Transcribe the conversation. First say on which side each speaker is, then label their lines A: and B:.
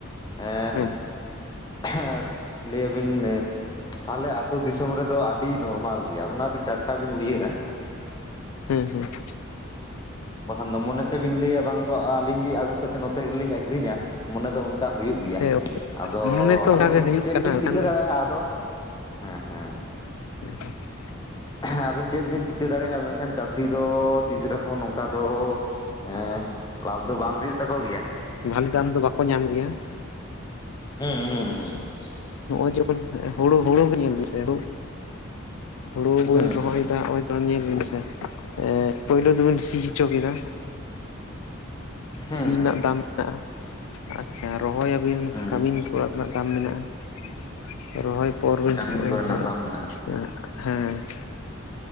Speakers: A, on the left (about 20°); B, on the left (about 85°).
A: ᱮᱸᱼᱼ
B: ᱦᱮᱸ
A: <unintelligible> ᱞᱟᱹᱭ ᱟᱵᱤᱱᱼᱼ ᱛᱟᱦᱞᱮ ᱟᱛᱳ ᱫᱤᱥᱚᱢ ᱨᱮᱫᱚ ᱟᱹᱰᱤ ᱱᱚᱨᱢᱟᱞ ᱜᱮᱭᱟ ᱚᱱᱟ ᱵᱤᱱ ᱴᱟᱴᱠᱟ ᱵᱤᱱ ᱩᱭᱦᱟᱹᱨᱟ᱾
B: ᱦᱮᱸ ᱦᱮᱸ ᱾
A: ᱵᱟᱠᱷᱟᱱ ᱫᱚ ᱢᱚᱱᱮ ᱛᱮᱵᱤᱱ ᱞᱟᱹᱭᱟ ᱵᱟᱝ ᱫᱚ ᱟᱹᱞᱤᱧ ᱜᱮ ᱟᱹᱜᱩ ᱠᱟᱛᱮᱫ ᱱᱚᱛᱮ ᱨᱮᱞᱤᱧ ᱟᱠᱷᱨᱤᱧᱟ᱾ ᱢᱚᱱᱮ ᱫᱚ ᱚᱱᱠᱟ ᱦᱩᱭᱩᱜ ᱜᱮᱭᱟ᱾
B: ᱦᱮᱸ
A: ᱟᱫᱚᱻ
B: ᱢᱚᱱᱮ ᱛᱚ
A: ᱟᱫᱚ
B: ᱚᱱᱠᱟ ᱜᱮ ᱦᱩᱭᱩᱜ
A: ᱪᱮᱫ
B: ᱠᱟᱱᱟ
A: ᱵᱤᱱ
B: ᱢᱮᱱᱠᱷᱟᱱ
A: ᱪᱤᱠᱟᱹ ᱫᱟᱲᱮᱭᱟᱜᱼᱟ ᱟᱫᱚ? ᱦᱮᱸ ᱦᱮᱸ ᱾
B: <unintelligible>
A: ᱦᱮᱸ ᱟᱫᱚ ᱪᱮᱫ ᱵᱤᱱ ᱪᱤᱠᱟᱹ ᱫᱟᱲᱮᱭᱟᱜᱼᱟ? ᱢᱮᱱᱠᱷᱟᱱ ᱪᱟᱹᱥᱤ ᱫᱚᱻ ᱛᱤᱥ ᱨᱮᱦᱚᱸ ᱱᱚᱝᱠᱟ ᱫᱚᱻ ᱦᱮᱸ ᱞᱟᱵᱷ ᱫᱚ ᱵᱟᱝ ᱦᱩᱭᱩᱜ ᱛᱟᱠᱚ ᱜᱮᱭᱟ᱾
B: ᱵᱷᱟᱞᱤ ᱫᱟᱢ ᱫᱚ ᱵᱟᱠᱚ ᱧᱟᱢ ᱜᱮᱭᱟ ᱾
A: ᱦᱩᱸ ᱦᱩᱸ ᱦᱩᱸ ᱾
B: ᱱᱚᱜᱼᱚᱭ ᱡᱮᱢᱚᱱ ᱦᱩᱲᱩ ᱦᱩᱲᱩ ᱜᱮ ᱧᱮᱞ ᱢᱮᱥᱮ ᱦᱩᱲᱩ ᱼᱼ ᱦᱩᱲᱩ ᱵᱤᱱ
A: ᱦᱩᱸ
B: ᱨᱚᱦᱚᱭᱮᱫᱟ
A: ᱦᱩᱸ
B: ᱱᱚᱜ ᱚᱭ ᱛᱚ ᱧᱮᱞ ᱵᱤᱱ ᱥᱮ ᱮᱸ ᱯᱳᱭᱞᱳ ᱫᱚ ᱵᱤᱱ ᱥᱤ ᱦᱚᱪᱚ ᱠᱮᱫᱟᱼᱼ
A: ᱦᱩᱸ
B: ᱥᱤ ᱨᱮᱱᱟᱜ
A: ᱦᱩᱸ
B: ᱫᱟᱢ ᱢᱮᱱᱟᱜᱼᱟ ᱾ ᱟᱪᱪᱷᱟ ᱨᱚᱦᱚᱭ ᱟᱹᱵᱤᱱ
A: ᱦᱩᱸ
B: ᱠᱟᱹᱢᱤᱱ ᱠᱚ ᱨᱮᱱᱟᱜ ᱫᱟᱢ ᱢᱮᱱᱟᱜᱼᱟ ᱾ ᱨᱚᱦᱚᱭ ᱯᱚᱨ ᱵᱤᱱ
A: ᱠᱟᱹᱢᱤᱱ
B: <unintelligible>
A: ᱠᱚᱨᱮᱱᱟᱜ ᱫᱟᱢ ᱢᱮᱱᱟᱜᱼᱟ
B: ᱦᱮᱸ ᱾